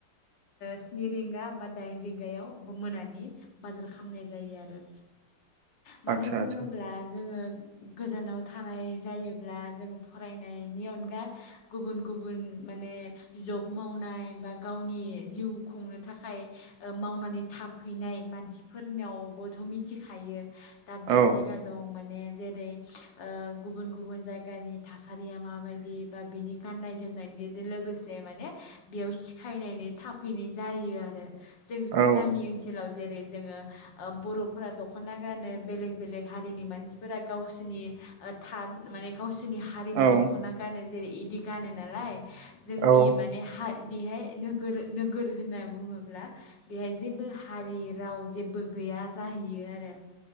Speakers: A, on the left; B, on the right.
A: स्निनि रिंगा बा दाइन रिंगायाव मोनानि बाजार खालामनाय जायो आरो। मोनो
B: आदसा
A: बुंङोल्बा
B: आदसा
A: जोंङो गोजोनाव थानाय जायोब्ला जोंङो फरायनायनि अनगा गुबुन- गुबुन माने जब मावनाय बा गावनि जिउ खुंनो थाखाय ओ मावनानै थाफैनाय मानसिफोर नावबोथ मिथिखायो। दाब- दाब
B: औ
A: जायगा दं माने जेरै ओ गुबुन- गुबुन जायगानि थासारिया माबायदि बा बिनि गाननाय जोमनायनि लोगोसे माने बेयाव सिखायनायनि थाफैनाय जायो आरो। जों जुदि
B: औ
A: गामि ओनसोलाव जेरै जोंङो ओ बर'फोरा दख'ना गानो बेलेग-बेलेग हारिनि मानसिफोरा गावसिरनि ओ थान माने गाव सोरनि हारिनि
B: औ
A: दख'ना गानो जेरै इदि गानो नालाय जोंनि
B: औ
A: माने हा बेहाय नोगोर नोगोर होनना बुंङोब्ला बेहाय जेबो हारि राव जेबो गैया जाहैयो आरो